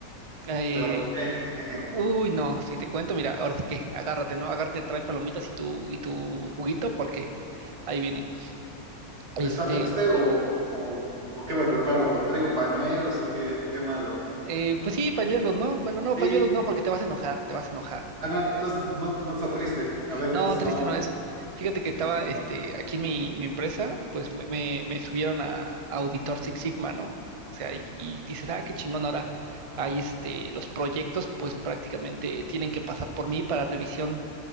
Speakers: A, on the right; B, on the right.
A: eh,
B: ¿Pero por qué? <laughs>
A: uy, no, si te cuento, mira, ahora sí que agárrate, ¿no? Agárrate, trae palomitas y tu, y tu juguito, porque ahí viene. Este,
B: ¿Está triste o, o, o qué me preparo? ¿Traigo pañuelos o qué, qué más, bro?
A: eh, pues sí, pañuelos, ¿no? Bueno, no,
B: Sí.
A: pañuelos no, porque te vas a enojar, te vas a enojar.
B: Ah, no, entonces
A: Eh,
B: no, no está triste. A ver, entonces
A: No, triste
B: no,
A: no es. Fíjate que estaba
B: esto,
A: este, aquí en mi, mi empresa, pues me, me- me subieron a, a Auditor Six Sigma, ¿no? O sea, y, y dices, ah, qué chingón, ahora hay este, los proyectos, pues prácticamente tienen que pasar por mí para revisión